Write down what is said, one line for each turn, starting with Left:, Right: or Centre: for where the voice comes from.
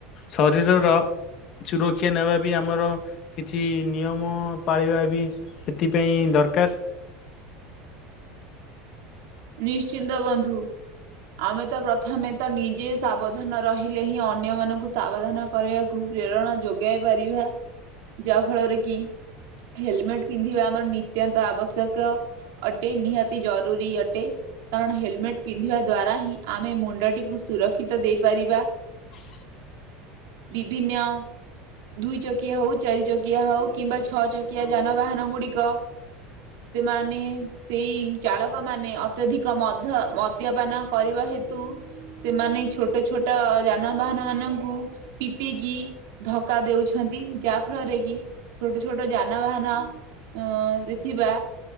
Left: ଶରୀରର ସୁରକ୍ଷା ନେବା ବି ଆମର କିଛି ନିୟମ ପାଳିବା ବି ସେଥିପାଇଁ ଦରକାର।
Right: ନିଶ୍ଚିନ୍ତ ବନ୍ଧୁ। ଆମେ ତ ପ୍ରଥମେ ତ ନିଜେ ସାବଧାନ ରହିଲେ ହିଁ ଅନ୍ୟ ମାନଙ୍କୁ ସାବଧାନ- କରିବାକୁ ପ୍ରେରଣା ଯୋଗାଇ ପାରିବା ଯାହା ଫଳରେ କି- ହେଲମେଟ୍ ପିନ୍ଧିବା ଆମର ନିତ୍ୟାନ୍ତ ଆବଶ୍ୟକ ଅଟେ ନିହାତି ଜରୁରୀ ଅଟ ଟେ କାରଣ ହେଲମେଟ ପିନ୍ଧିବା ଦ୍ଵାରା ହିଁ ଆମେ ମୁଣ୍ଡଟିକୁ ସୁରକ୍ଷିତ ଦେଇପାରିବା।
Left: <unintelligible>
Right: ବିଭିନ୍ନ- ଦୁଇ ଚକିଆ ହଉ ଚାରି ଚକିଆ ହଉ କିମ୍ବା ଛଅ ଚକିଆ ଯାନବାହାନ ଗୁଡ଼ିକ- ସେମାନେ ସେଇ ଚାଳକ ମାନେ ଅ ଅତ୍ୟଧିକ ମଧ ମଦ୍ୟପାନ କରିବା ହେତୁ- ସେମାନେ ଛୋଟ ଛୋଟ ଯାନବାହାନ ମାନଙ୍କୁ- ପିଟିକି ଧକ୍କା ଦେଉଛନ୍ତି ଯାଆ ଫଳରେ କି- ଛୋଟ ଛୋଟ ଯାନବାହାନ ଅ ରେ ଥିବା-